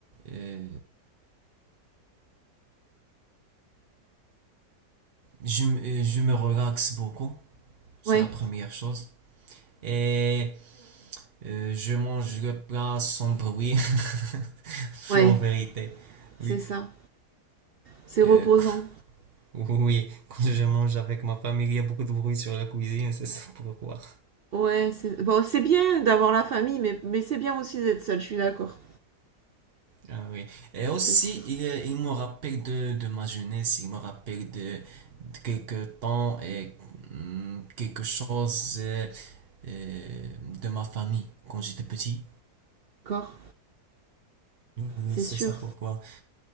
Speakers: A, on the right; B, on the right.
A: euh, je, m- euh, je me relaxe beaucoup, c'est
B: Ouais.
A: la première chose. Et euh, je mange le plat sans bruit, <laughs>
B: Ouais,
A: en vérité.
B: c'est
A: Oui,
B: ça. C'est reposant.
A: euh, <laughs> oui, quand je mange avec ma famille, il y a beaucoup de bruit sur la cuisine, c'est ça pourquoi.
B: Ouais, c'est bon, c'est bien d'avoir la famille, mais, mais c'est bien aussi d'être seul, je suis d'accord.
A: Ah oui. Et aussi,
B: C'est sûr.
A: il, il me rappelle de, de ma jeunesse, il me rappelle de, de quelques temps et hum, quelque chose euh, euh, de ma famille quand j'étais petit.
B: D'accord,
A: Oui,
B: c'est
A: c'est
B: sûr.
A: ça pourquoi.